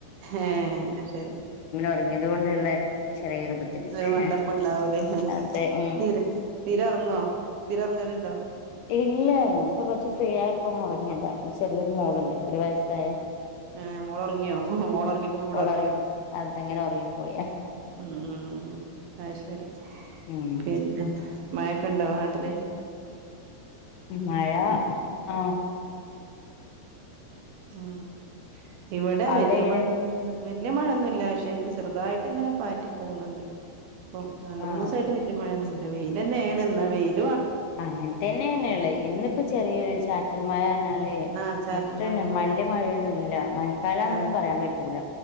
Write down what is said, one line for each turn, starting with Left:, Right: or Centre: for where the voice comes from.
Right: ഹ ശരി
Left: ഒറങ്ങിയത് കൊണ്ടുള്ള ചെറിയൊരു ബുദ്ധിമുട്ട്
Right: ഒരു മന്തപ്പ ഉണ്ടാവ അതെ
Left: അതെ ഉം
Right: തീരെ തീരെറങ്ങോ തീര ഇറങ്ങലുണ്ടോ
Left: ഇല്ല ഇപ്പൊ കൊറച്ച ഫ്രീ ആയപ്പോ മുറങ്ങിയതാ ചെറിയൊരു മോഡണ്ട് ഒരു വയസ്സായ
Right: ആഹ മോള ഇറങ്ങിയോ മോള ഇറങ്ങിയപ്പ കൂടെ
Left: ഓള്
Right: ഇറങ്ങിയോ
Left: അതങ്ങനെ ഒറങ്ങിപ്പോയി
Right: ഉ അഹ ശരി
Left: ഉം
Right: പിന്നെ മയക്കുണ്ടോ നാട്ടില്െ
Left: മഴ ആഹ
Right: ഉം ഇവിടെ
Left: അവിടെ
Right: വലയ
Left: എങ്ങനെ
Right: മഴയൊന്ന വല്യ മഴയൊന്നുമല്ല പക്ഷെ ഇങ്ങനെ ചെറുതായിട്ട് ഇങ്ങനെ പാറ്റി പോകുന്നുണ്ട് ഇപ്പ രണ്ട്
Left: ആഹ്
Right: മൂന്ന് ദിവസമായിട്ട് വലയ മഴയന്ന ഇല്ല വെയില തന്നെയണ് എന്നാ വെയിൽ
Left: അങ്ങനെ തന്നെയന്നെയള്ളേ എിപ്പോ ചെറിയൊരു ചാറ്റിൽ മഴ പറഞ്ഞാല്
Right: ആഹ് ചാറ്റൽ
Left: പന്നെ
Right: മഴ പോലെ
Left: മല്ല മഴയൊന്നുംല്ല മഴക്കാലന്നൊന്നും
Right: ആഹ്
Left: പറയാൻ പറ്റൂല